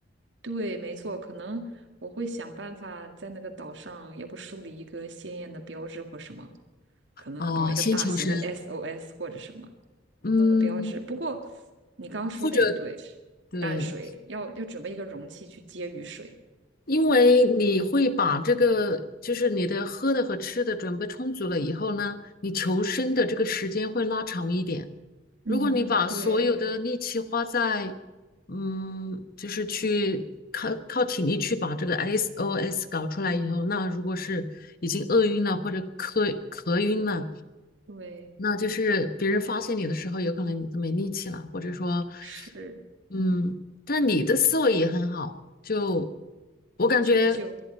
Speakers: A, on the right; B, on the left.
A: 对，没错，可能我会想办法在那个岛上，要不树立一个鲜艳的标志或什么，可能搞一个大型的
B: 啊、先求生。
A: SOS 或者什么，
B: 嗯，
A: 弄个标志。不过你刚刚说的也对，
B: 或者对，
A: 淡水要要准备一个容器去接雨水。
B: 因为你会把这个，就是你的喝的和吃的准备充足了以后呢，你求生的这个时间会拉长一点。
A: 嗯，
B: 如果你把所有的力气花在，
A: 对
B: 嗯，就是去靠靠体力去把这个 SOS 搞出来以后，那如果是已经饿晕了或者渴渴晕了，
A: 对。
B: 那就是别人发现你的时候，有可能你都没力气了，或者说，
A: 是。
B: 嗯，但你的思维也很好，就我感觉，
A: 求救